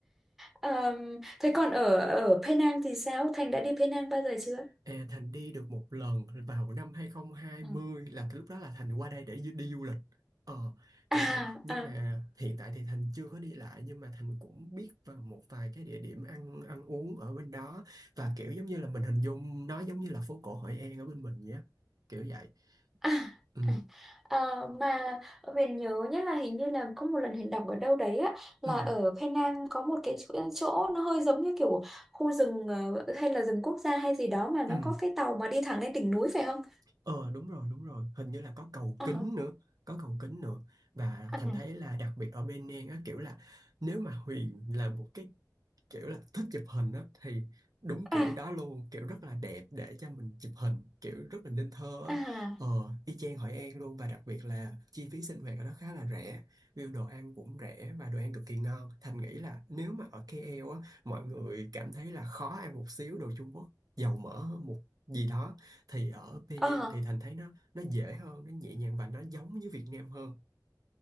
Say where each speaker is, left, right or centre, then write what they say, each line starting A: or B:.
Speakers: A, in the centre; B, on the right (about 60°).
A: Ờm, thế còn ở ở Penang thì sao? Thành đã đi Penang bao giờ chưa?
B: Ê, Thành đi được một lần vào năm 2020
A: Ừ.
B: là cái lúc đó là Thành qua đây để du- đi du lịch ờ
A: À,
B: kiểu vậy nhưng
A: à
B: mà hiện tại thì Thành chưa có đi lại nhưng mà Thành cũng biết vào một vài cái địa điểm ăn ăn uống ở bên đó và kiểu giống như là mình hình dung nó giống như là phố cổ Hội An ở bên mình nhé kiểu vậy
A: À,
B: ừ
A: à, à, mà Huyền nhớ nhất là hình như là có một lần Huyền đọc ở đâu đấy á là
B: ừ
A: ở Penang có một cái chỗ, chỗ nó hơi giống như kiểu khu rừng ờ, hay là rừng quốc gia hay gì đó mà nó
B: ừ
A: có cái tàu mà đi thẳng lên đỉnh núi phải không?
B: ờ đúng rồi đúng rồi hình như là có cầu
A: Ờ,
B: kính nữa có cầu kính nữa và
A: à,
B: Thành thấy là đặc biệt ở bên An á kiểu là nếu mà Huyền làm một cái kiểu là thích chụp hình á thì đúng kiểu
A: à,
B: đó luôn kiểu rất là đẹp để cho mình chụp hình kiểu rất là nên thơ
A: à,
B: á ờ y chang Hội An luôn và đặc biệt là chi phí sinh hoạt ở đó khá là rẻ view đồ ăn cũng rẻ và đồ ăn cực kỳ ngon Thành nghĩ là nếu mà ở KL á mọi người cảm thấy là khó ăn một xíu đồ Trung Quốc dầu mỡ hơn một gì đó thì ở Penang
A: à.
B: thì Thành thấy nó nó dễ hơn nó nhẹ nhàng và nó giống như Việt Nam hơn